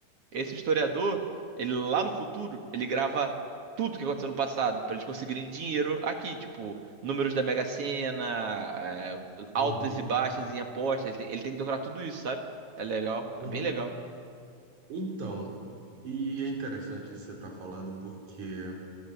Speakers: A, on the right (about 55°); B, on the right (about 75°).
A: Esse historiador, ele lá no futuro, ele grava tudo que aconteceu no passado pra eles conseguirem dinheiro aqui, tipo, números da Mega Sena, é, altas
B: Uhum.
A: e baixas em apostas, ele tem, ele tem que decorar tudo isso, sabe? É legal,
B: Uhum.
A: é bem legal.
B: Então, e é interessante você estar falando, porque